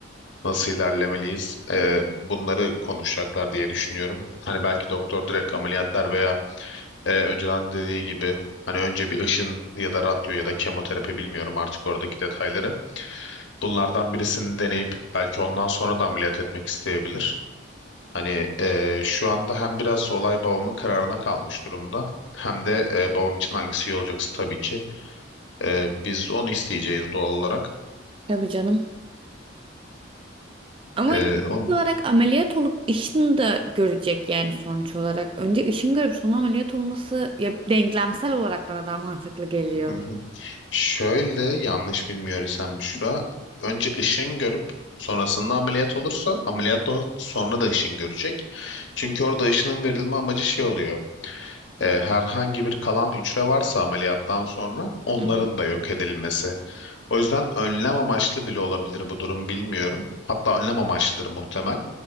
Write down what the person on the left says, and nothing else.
nasıl ilerlemeliyiz? Ee, bunları konuşacaklar diye düşünüyorum. Hani belki doktor direkt ameliyatlar veya e, önceden dediği gibi hani önce bir ışın ya da radyo ya da kemoterapi bilmiyorum artık oradaki detayları. Bunlardan birisini deneyip belki ondan sonra da ameliyat etmek isteyebilir. Hani e, şu anda hem biraz olay babamın kararına kalmış durumda. Hem de e, babam için hangisi iyi olacaksa tabii ki. E, biz onu isteyeceğiz doğal olarak.
E,
on...
<laughs> Şöyle yanlış bilmiyor isem Büşra. Önce ışın görüp sonrasında ameliyat olursa ameliyattan sonra da ışın görecek. Çünkü orada ışının verilme amacı şey oluyor. e, herhangi bir kalan hücre varsa ameliyattan sonra onların
da yok edilmesi. O yüzden önlem amaçlı bile olabilir bu durum bilmiyorum. Hatta önlem amaçlıdır muhtemel.